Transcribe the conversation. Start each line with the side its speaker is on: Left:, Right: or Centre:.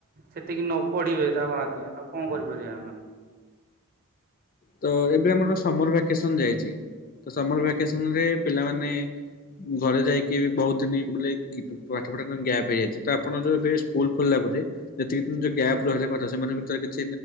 Right: ସେତିକି ନ ପଢିବେ ତା ବାଦେ ଆଉ କଣ କରିପାରିଆ ଆମେ।
Left: ତ ଏବେ ଆମର ସମର୍ ଭ୍ୟାକେସନ୍ ଯାଇଚି, ତ ସମର୍
Right: ହୁଁ।
Left: ଭ୍ୟାକେସନ୍ ରେ ପିଲାମାନେ ଘରେ ଯାଇକି ବି ବହୁତ୍ ଦିନି <unintelligible> <unintelligible> ପାଠପଢା ତାଙ୍କ ଗ୍ୟାପ୍ ହେଇଯାଇଚି, ତ ଆପଣ ଯୋଉ ଏବେ ସ୍କୁଲ୍ ଖୋଲିଲା ପରେ ଯେତିକି ଦିନ୍ ଯୋଉ ଗ୍ୟାପ୍ ରହିଲା ପାଠ, ସେମାନଙ୍କ ଭିତରେ କିଛି